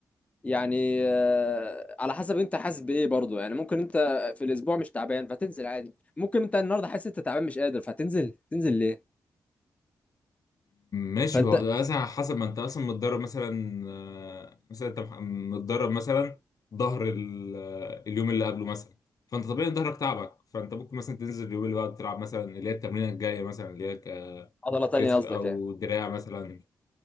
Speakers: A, on the left; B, on the left.
A: يعني آه، على حسب انت حاسس بايه برضو يعني ممكن انت في الاسبوع مش تعبان فتنزل عادي ممكن انت النهارده حاسس انت تعبان مش قادر فتنزل تنزل ليه
B: ماشي
A: فانت
B: هو بيبقى مثلا على حسب ما انت اصلا متدرب مثلا آه، مثلا انت مح- متدرب مثلا ظهر ال- آه، اليوم اللي قبله مثلا فانت طبيعي إن ظهرك تعبك فانت ممكن مثلا تنزل اليوم اللي بعده تلعب مثلا اللي هي التمرينه الجايه مثلا اللي هي ك-
A: عضله تانية
B: كتف
A: قصدك
B: او
A: يعني
B: دراع مثلا